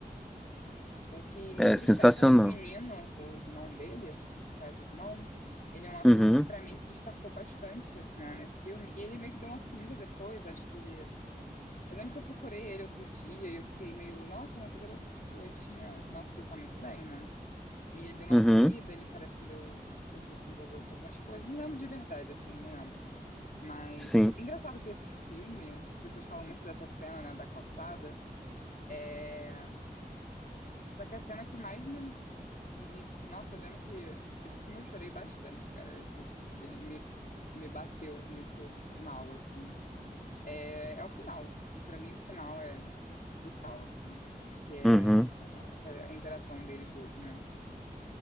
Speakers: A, on the left; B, in the centre.
A: O que me
B: é
A: entristece
B: sensacional.
A: é que o menino, o irmão dele, que faz o irmão, ele é um ator
B: Uhum,
A: que pra mim se destacou bastante, né, nesse filme, e ele meio que deu uma sumida depois, acho que ele... Eu lembro que eu procurei ele outro dia e eu fiquei meio, nossa, mas o garoto, tipo, ele tinha... Nossa, porque ele tá muito bem, né? E ele deu uma
B: uhum,
A: sumida, ele parece que deu... Não sei se ele se envolveu com algumas coisas, não lembro de verdade, assim, não lembro. Mas,
B: sim.
A: engraçado que esse filme, as pessoas falam muito dessa cena, né, da calçada, é, só que a cena que mais me, me- Nossa, eu lembro que esse filme eu chorei bastante, cara. Esse- ele me, me bateu muito mal, assim. É, é o final. Pra mim, o final é brutal, assim. Que é
B: Uhum.
A: a interação deles dois, né?